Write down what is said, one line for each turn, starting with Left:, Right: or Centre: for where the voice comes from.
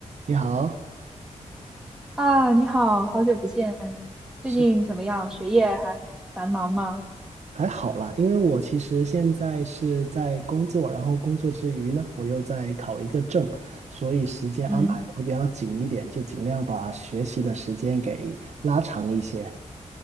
Right: 你好，
Centre: 啊，你好，好久不见，最近怎么样？
Right: 是
Centre: 学业还繁忙吗？
Right: 还好啦，因为我其实现在是在工作，然后工作之余呢，我又在考一个证，所以时间安排的会比较紧一点，
Centre: 嗯，
Right: 就尽量把学习的时间给拉长一些。